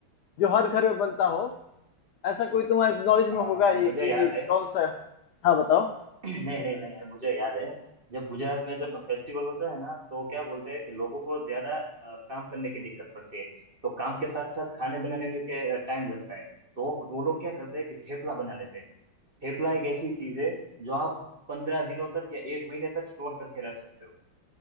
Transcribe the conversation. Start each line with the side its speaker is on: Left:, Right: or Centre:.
Left: जो हर घर में बनता हो ऐसा कोई तुम्हारे नॉलेज
Right: अ,
Left: में होगा ये
Right: मुझे
Left: कि
Right: याद है
Left: कौन सा है? हाँ बताओ
Right: नहीं नहीं नहीं मुझे याद है जब गुजरात में जब फेस्टिवल होता है ना तो क्या बोलते हैं कि लोगों को ज्यादा अ, काम करने की दिक्कत पड़ती है तो काम के साथ साथ खाने बनाने में के टाइम लगता है तो वो वो लोग क्या करते हैं कि थेपला बना लेते हैं थेपला एक ऐसी चीज है जो आप पंद्रह दिनों तक या एक महीने तक स्टोर करके रख सकते हो